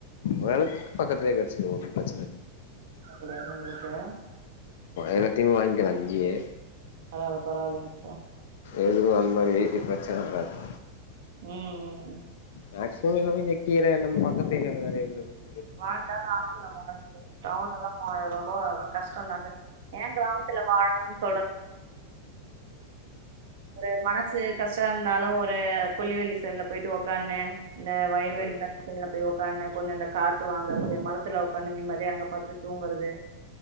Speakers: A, on the left; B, on the right.
A: வளக்கு பக்கத்துலே கிடச்சுடு ஒன்னு பிரச்
B: <inaudible> கடையாது உங்களுக்கு
A: எல்லாத்தையு வாய்ங்கலா அங்கியே
B: பரவால பரவாலிங் சார்
A: எது அந்த மாரி இப்ரச்சன வராது
B: உம்
A: மேக்சிமம் எல்லாமே இங்க கீர எல்லாமே பக்கத்து ஏரியால வேற எந்துள்ளைங்
B: <unintelligible> டவுன்லளா மூவாயிரூவா மூவானரூ கஷ்டோ தா சார் ஏ கிராமத்துல வாழணுன் சொல்ற ஒரு மனசு கஷ்டோருந்தாலு ஒரு கொல்லிவலி சைடுல போயிட்டு உக்கான்னு இந்த வயல்வெளி
A: ம்
B: சைடுல போய் உக்கான்னு கொஞ்சோ இந்த காத் து வாங்கறது மரத்துல உக்கான்னு நிம்மதிய அங்க பாடுது தூங்குறது